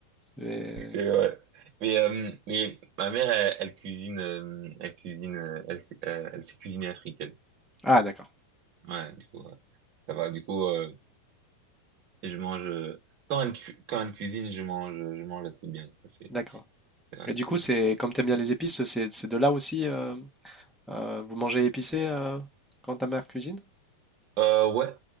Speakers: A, in the centre; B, on the right.
A: mais-
B: Ok, ouais. Mais, euh, mais ma mère, elle, elle cuisine, euh, elle cuisine, euh, elle, sait- euh, elle sait cuisiner africaine.
A: Ah, d'accord,
B: Ouais, du coup, ouais. ça va. Du coup, euh, je mange, euh, quand elle, cu- quand elle cuisine, je mange, je mange assez bien. C'est,
A: d'accord.
B: c'est,
A: Et du
B: c'est-
A: coup, c'est comme t'aimes bien les épices, c'est c'est de là aussi, euh, euh, vous mangez épicé euh, quand ta mère cuisine?
B: euh, ouais.